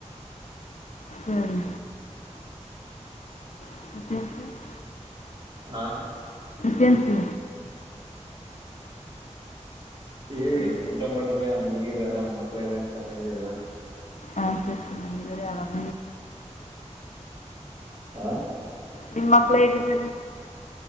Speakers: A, on the left; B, on the right.
A: ಹ್ಮ್ ಹ
B: ಹಾ
A: ತ್ಯಂತು
B: ಹೇಳಿ
A: ಸರ್
B: ಊಟ ಮಾಡ್ರೆ ಆ ಮಲಗಿದಾರ ಮಕ್ಳೆಲ್ಲಾ ಚೆನ್ನಾಗಿದಾರ
A: ಹ ಅ
B: ಹಾ
A: ನಿಮ ಮಕ್ಳು ಹೇಗಿದ್ದ